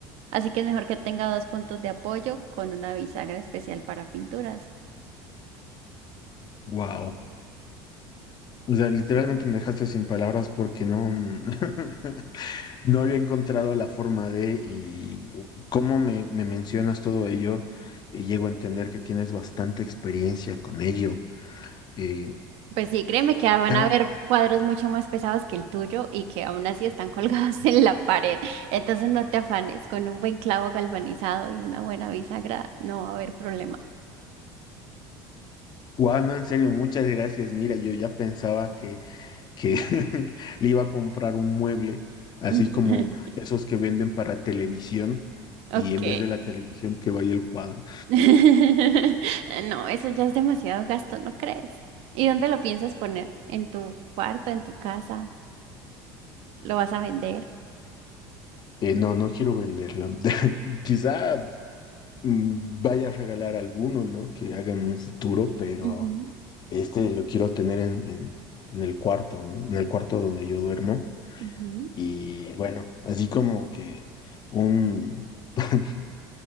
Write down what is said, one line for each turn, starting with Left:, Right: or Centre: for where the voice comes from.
Right: Así que es mejor que tenga dos puntos de apoyo con una bisagra especial para pinturas.
Left: Wow. O sea, literalmente me dejaste sin palabras porque no, <laughs> no había encontrado la forma de y cómo me, me mencionas todo ello y llego a entender que tienes bastante experiencia con ello. Eh,
Right: Pues sí, créeme que van
Left: cada,
Right: a haber cuadros mucho más pesados que el tuyo y que aún así están colgados <laughs> en la pared. Entonces no te afanes, con un buen clavo galvanizado y una buena bisagra no va a haber problema.
Left: wow, no, en serio, muchas gracias. Mira, yo ya pensaba que, que <laughs> le iba a comprar un mueble, así
Right: <laughs>
Left: como esos que venden para televisión
Right: Ok.
Left: y en vez de la televisión que vaya el cuadro.
Right: <laughs> No, eso ya es demasiado gasto, ¿no crees? ¿Y dónde lo piensas poner? ¿En tu cuarto, en tu casa? ¿Lo vas a vender?
Left: Eh, no, no quiero venderlo. <laughs> Quizá mm, vaya a regalar alguno, ¿no? Que hagan un futuro, pero
Right: Ujú,
Left: este lo quiero tener en, en, en el cuarto, ¿no? En el cuarto donde yo duermo.
Right: ujú.
Left: Y bueno, así como que un... <laughs>